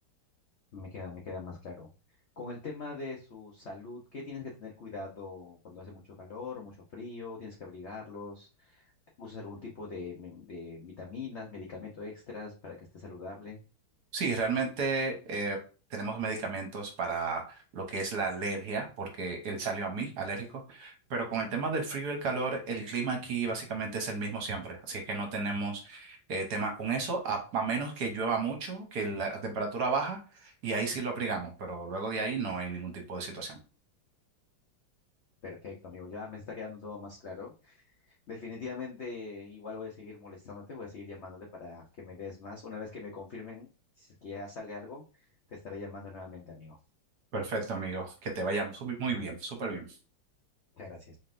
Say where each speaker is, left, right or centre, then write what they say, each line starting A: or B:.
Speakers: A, on the left; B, on the right.
A: Me queda, me queda más claro. Con el tema de su salud, ¿qué tienes que tener cuidado cuando hace mucho calor, mucho frío? ¿Tienes que abrigarlos? ¿Usas algún tipo de, me- de vitaminas, medicamento extras para que esté saludable?
B: Sí, realmente eh, tenemos medicamentos para lo que es la alergia, porque él salió a mí alérgico, pero con el tema del frío y el calor, el clima aquí básicamente es el mismo siempre, así que no tenemos eh, tema con eso, a, a menos que llueva mucho, que la temperatura baja, y ahí sí lo abrigamos, pero luego de ahí no hay ningún tipo de situación.
A: Perfecto, amigo. Ya me está quedando todo más claro. Definitivamente, igual voy a seguir molestándote, voy a seguir llamándote para que me des más. Una vez que me confirmen si es que ya sale algo, te estaré llamando nuevamente, amigo.
B: Perfecto, amigo, que te vayamos muy muy bien, súper bien.
A: Muchas gracias.